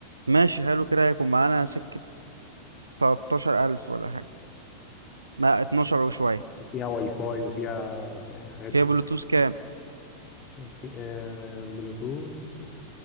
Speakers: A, on the right; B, on the left.
A: ماشي حلو كده هيكون معانا سكه 13000 ولا حاجه لا 12 وشويه
B: وفيها واي فاي وفيها ك- حاجات
A: فيها
B: كتير
A: بلوتوث كام
B: وفي آه بلوتوث